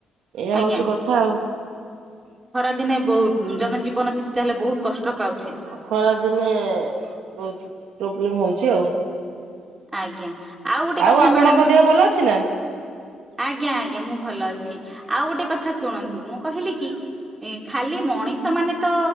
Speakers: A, on the right; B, on the right.
A: ଏଇଆ ହଉଚି
B: ଆଜ୍ଞା
A: କଥା ଆଉ।
B: ଏ ଦିନେ ବହୁତ ଜନଜୀବନ ସେଠି ତାହେଲେ ବହୁତ କଷ୍ଟ ପାଉ
A: ଖରା ଦିନେ ବହୁତ ପ୍ରୋବ୍ଲେମ ହଉଚି ଆଉ।
B: ଆଜ୍ଞା। ଗୋଟେ କଥା
A: ଆଉ ଆପଣଙ୍କ
B: ମ୍ୟାଡାମ
A: ଦେହ ଭଲ ଅଛି ନା?
B: ଆଜ୍ଞା ଆଜ୍ଞା ମୁଁ ଭଲ ଅଛି, ଆଉ ଗୋଟେ କଥା ଶୁଣନ୍ତୁ ମୁଁ କହିଲି କି ଏଁ ଖାଲି ମଣିଷ ମାନେ ତ